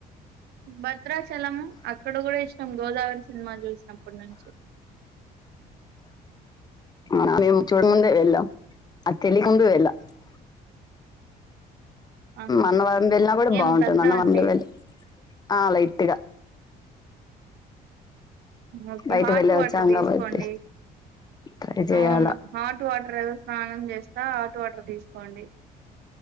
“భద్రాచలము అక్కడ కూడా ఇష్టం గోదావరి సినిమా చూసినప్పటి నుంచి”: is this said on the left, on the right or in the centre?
Right